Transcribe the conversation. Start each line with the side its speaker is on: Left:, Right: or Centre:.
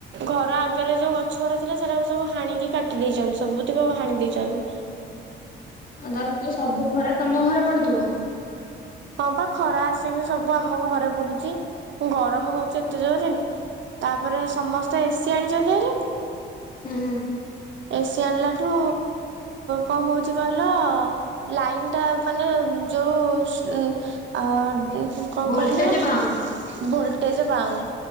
Right: ଘର ଆଗରେ ଯୋଉ ଗଛ ଉରା ଥିଲା ସେରାକୁ ସବୁ ହାଣିକି କାଟି ଦେଇଚନ୍ତି ସବୁତିକ ହାଣି ଦେଇଚନ୍ତି।
Left: ଆଉ ତାହେଲେ ସବୁ ଖରା ତମ ଘରେ ପଡୁଥିବ।
Right: ହଁ ପା ଖରା ଆସିକି ସବୁ ଆମ ଘରେ ପଡୁଚି। ଗରମ ହୋଉଚି ଏତେ ଜୋରରେ ତାପରେ ସମସ୍ତେ ଏସି ଆଣିଚନ୍ତିଭାରି।
Left: ହୁଁ
Right: ଏସି ଆଣିଲାଠୁ କଣ ହୋଉଚି କହିଲ ଲାଇନ୍ ଟା ମାନେ ଯୋଉ ଉଁ ଆ ଦୁ କଣ
Left: ଭୋଲଟେଜ
Right: କହିଲ
Left: ପାଉନି।
Right: ଭୋଲଟେଜ୍ ପାଉନି।